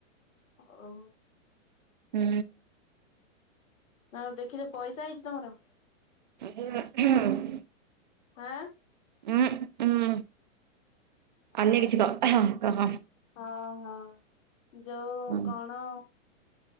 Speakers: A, on the left; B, on the right.
A: ଅଓ।
B: ହୁଁ।
A: ଆଉ ଦେଖିଲେ ପଇସା ଆଇଚି ତମର?
B: <inaudible> ହୁଁ
A: ଆଁ।
B: ଉଁ ଉଁ
A: ଓ
B: ଅନ୍ୟ
A: ଆଚ୍ଛା।
B: କିଛି କହ <inaudible>
A: ହଁ ହଁ ଯୋଉ
B: ହୁଁ
A: କଣ